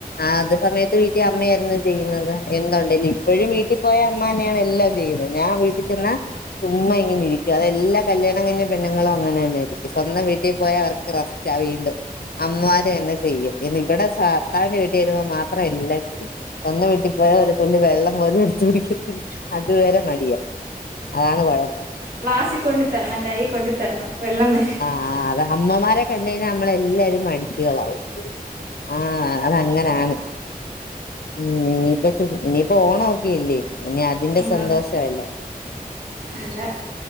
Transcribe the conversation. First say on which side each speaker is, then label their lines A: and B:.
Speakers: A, on the left (about 75°); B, on the right (about 80°).
A: ആഹ് അത് സമയത്ത് വീട്ടിൽ അമ്മയായിരുന്നു ചെയ്യുന്നത് എന്തുണ്ടേലും ഇപ്പോഴും വീട്ടിൽ പോയ അമ്മ തന്നെയാണ് എല്ല ജോലി ചെയ്യുന്നത് ഞാൻ വീട്ടിൽ ചെന്ന ചുമ്മ ഇങ്ങനെ ഇരിക്കും അതെല്ലാം കല്യാണം കഴിഞ്ഞ പെണ്ണു ങ്ങളും അങ്ങനെ തന്നെയായിരിക്കും സ്വന്തം വീട്ടിൽ പോയ അവർക്ക് റസ്റ്റ വീണ്ടും അമ്മമാര് തന്ന ചെയ്യും ഇന്നിവിട ഭർത്താവിന്റെ വീട്ടി ചെല്ലുമ്പോൾ മാത്രം എല്ലാം ചെയ്യും സ്വന്തം വീട്ടി പോയാ ഒരു തുള്ളി വെള്ളം പോലും എടുത്തു കുടിക്കത് ത്തില്ല. അതുവരെ മടിയാ അതാണ് കൊഴപ്പം
B: ഗ്ലാസി കൊണ്ട് തരണം കയ്യി കൊണ്ടു തരണം വെള്ളം വരെ
A: ആഹ് അത അമ്മമാരെ കണ്ട് കഴിഞ്ഞാ നമ്മളെ എല്ലാരും മടിച്ചികളാവും ആഹ് അതങ്ങനാണ് ഉം ഇനിയിപ്പ ഇനിയിപ്പോ ഓണവൊക്കെ അല്ലെ ഇനി അതിന്റെ
B: എന്താ
A: സന്തോഷവയെല്ലാം
B: അല്ല